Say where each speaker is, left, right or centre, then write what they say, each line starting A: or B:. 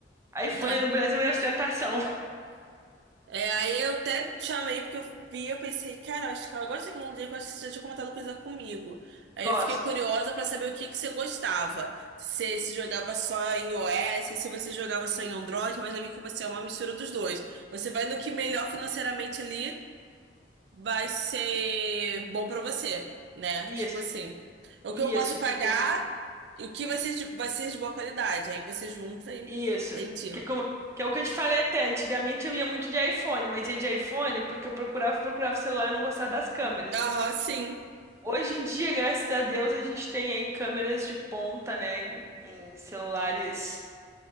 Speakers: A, on the right; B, on the right.
A: iPhone
B: então
A: no Brasil é ostentação. <laughs>
B: É, aí eu até te chamei porque eu vi, eu pensei, cara, acho que ela gosta de tecnologia, que eu acho que você já tinha comentado coisa comigo. Aí
A: Gosto.
B: eu fiquei curiosa pra saber o que que você gostava. Se, se jogava só em iOS, se você jogava só em Android, mas eu vi que você é uma mistura dos dois. Você vai no que melhor financeiramente ali vai ser bom pra você, né?
A: Isso,
B: Tipo assim, o
A: isso,
B: que eu posso pagar
A: tipo,
B: e o que vai ser de, vai ser de boa qualidade. Aí você junta e
A: isso.
B: entendi.
A: Que é como, que é o que eu te falei até. Antigamente eu ia muito de iPhone, mas ia de iPhone porque eu procurava, procurava celular e não gostava das câmeras.
B: Aham, sim.
A: Hoje em dia, graças a Deus, a gente tem aí câmeras de ponta, né, em, em celulares